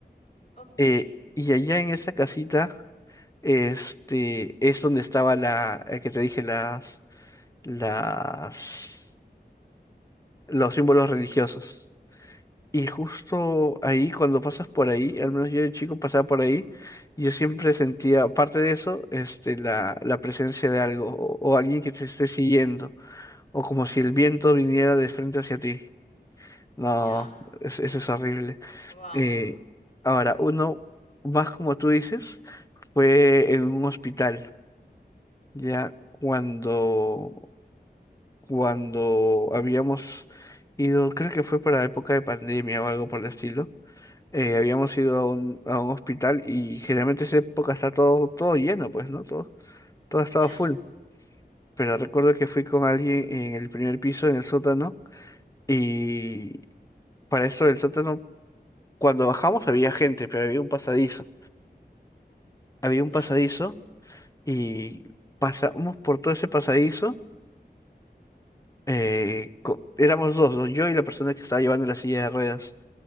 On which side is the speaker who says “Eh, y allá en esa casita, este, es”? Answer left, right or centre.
Left